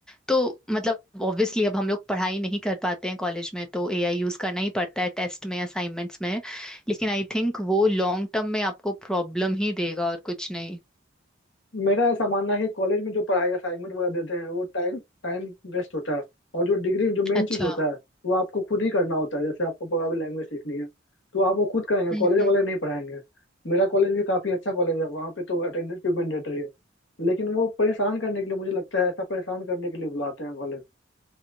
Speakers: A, in the centre; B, on the left.
A: तो मतलब ऑब्वियसली अब हम लोग पढ़ाई नहीं कर पाते हैं कॉलेज में तो एआई यूज करना ही पड़ता है टेस्ट में असाइनमेंट्स में लेकिन आई थिंक वो लॉन्ग टर्म में आपको प्रॉब्लम ही देगा और कुछ नहीं
B: मेरा ऐसा मानना है कि कॉलेज में जो पढ़ाई असाइनमेंट वगैरह देते हैं वो टाइम टाइम वेस्ट होता है और जो डिग्री जो मेन
A: अच्छा
B: चीज होता है वो आपको खुद ही करना होता है जैसे आपको प्रोग्रामिंग लैंग्वेज सीखनी है तो आप वो खुद करेंगे
A: हम्म
B: कॉलेज
A: हम्म।
B: वाले नहीं पढ़ाएंगे मेरा कॉलेज भी काफी अच्छा कॉलेज है वहाँ पे तो अटेंडेंस भी मैंडेटरी है लेकिन वो परेशान करने के लिए मुझे लगता है ऐसा परेशान करने के लिए बुलाते हैं कॉलेज